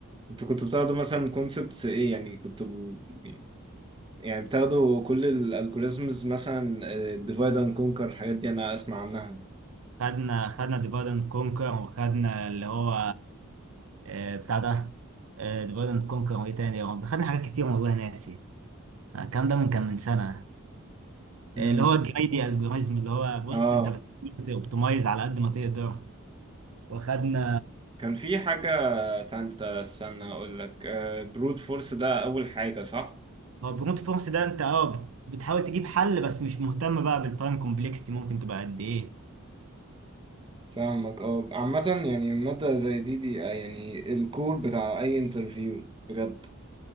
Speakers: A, on the right (about 25°); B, on the right (about 75°).
A: أنتوا كنتوا بتاخدوا مثلا كونسبتس إيه يعني كنتوا ب- يعني بتاخدوا كل الالجوريزمز مثلا ديفايد اند كونكر الحاجات دي أنا أسمع عنها
B: خدنا خدنا ديفايد اند كونكر وخدنا اللي هو آه، بتاع ده ديفايد اند كونكر وايه تاني يا رب خدنا حاجات كتير والله ناسي الكلام ده من كان من سنه
A: امم
B: اللي هو الجريدي الجوريزم اللي هو بص
A: اه
B: انت بتحاول توبتمايز على قد ما تقدر وخدنا
A: كان في حاجة تالتة استنى أقول لك برود فورس ده أول حاجة صح؟
B: هو برونت فورس ده انت اه بت- بتحاول تجيب حل بس مش مهتم بقى بالتايم كومبلكستي ممكن تبقى قد ايه
A: فاهمك اه عامة يعني مادة زي دي دي آه، يعني الكور بتاع أي انترفيو بجد